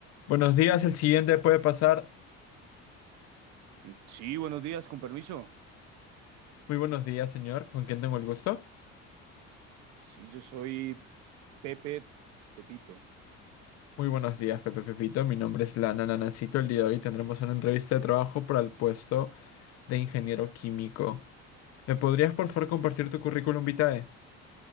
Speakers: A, on the left; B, on the right.
A: Buenos días, el siguiente puede pasar.
B: Sí, buenos días, con permiso.
A: Muy buenos días, señor. ¿Con quién tengo el gusto?
B: Sí, yo soy Pepe Pepito.
A: Muy buenos días, Pepe Pepito. Mi nombre es Lana Nanacito. El día de hoy tendremos una entrevista de trabajo para el puesto de ingeniero químico. ¿Me podrías, por favor, compartir tu currículum vitae?